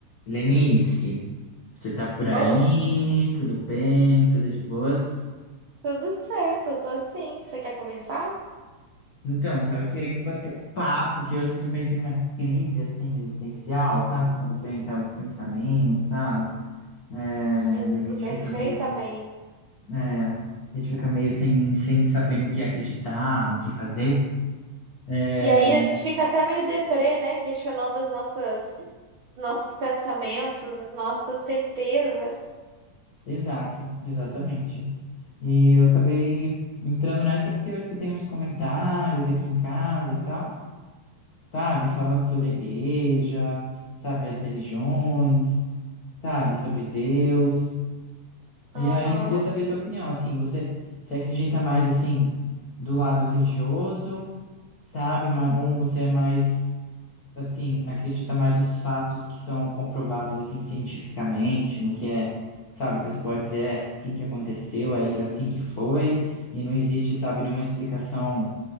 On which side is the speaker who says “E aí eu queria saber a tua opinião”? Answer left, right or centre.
Left